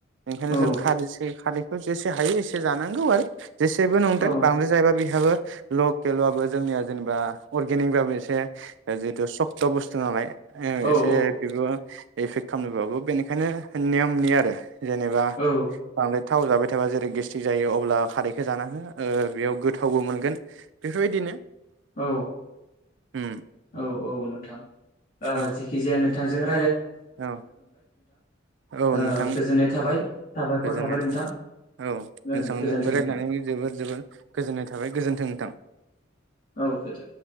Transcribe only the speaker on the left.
औ
औ
औ
औ
औ
औ
औ औ नोंथां आ
जेखिजाया नों बिथांजों
ओ
गोजोननाय थाबाय साबायखर
थाबाय नोंथां
ओ
गोजोन्थों
नोंथां।
औ गोदो